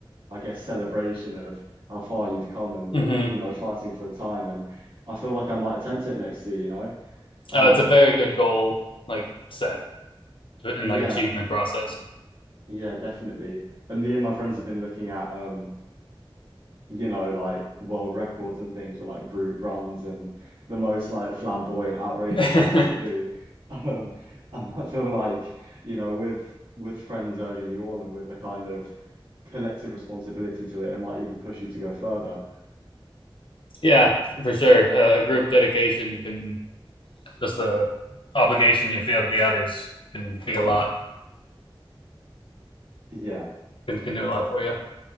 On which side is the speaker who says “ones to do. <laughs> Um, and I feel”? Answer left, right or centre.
Right